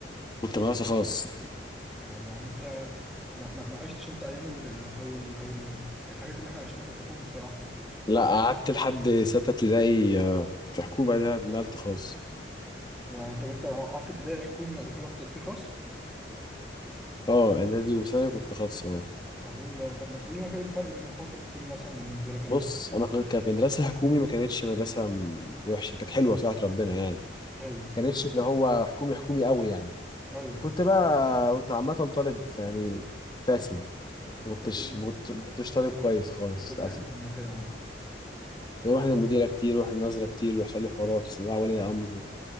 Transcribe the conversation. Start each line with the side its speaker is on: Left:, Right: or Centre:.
Left: كنت مدرسة خاص
Centre: آه، يعني انت ما, ما, ما عشتش انت ايام ال او ال او ال الحاجات اللي احنا عشناها في الحكومي بصراحه
Left: لا قعدت لحد ستة ابتدائي آه، في حكومة ده نقلت خاص
Centre: يعني طب انت قعدت ابتدائي حكومي وبعد كده رحت اعدادي خاص
Left: أه إعدادي وثانوي كنت خاص أه
Centre: طب ايه ال- طب ما تقول لنا كده ايه الفرق بين الخاص والحكومي مثلا بالنسبه لك انت
Left: بص أنا كنت- كانت مدرسة حكومي ما كانتش مدرسة م- وحشة كانت حلوة صراحة ربنا يعني
Centre: ايوه
Left: كانتش اللي هو حكومي حكومي قوي يعني
Centre: ايوه
Left: كنت بقى كنت عامة طالب يعني فاسد ما
Centre: ايوه
Left: كنتش
Centre: كل
Left: ما كنت- ما كنتش طالب كويس خالص
Centre: كلنا
Left: للأسف
Centre: كنا كده ايوه
Left: بروح للمديرة كتير واروح للنظرة كتير ويحصل لي حوارات وصداع ولي أمر